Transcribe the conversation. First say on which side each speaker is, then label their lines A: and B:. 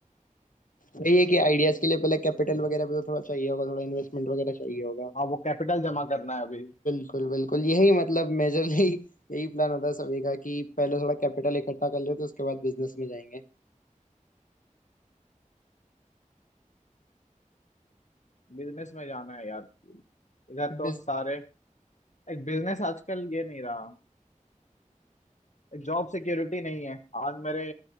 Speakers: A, on the left; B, on the left.
A: वही है कि आइडियाज के लिए पहले कैपिटल वगैरह भी तो थोड़ा चाहिए होगा थोड़ा इन्वेस्टमेंट वगैरह चाहिए होगा
B: हाँ वो कैपिटल जमा करना है अभी
A: बिल्कुल बिल्कुल यही मतलब मेजरली यही प्लान होता है सभी का कि पहले थोड़ा कैपिटल इकट्ठा कर लेते हैं उसके बाद बिजनेस में जाएंगे
B: बिजनेस में जाना है यार इधर तो
A: बिज
B: सारे एक बिजनेस आजकल ये नहीं रहा एक जॉब सिक्योरिटी नहीं है आज मेरे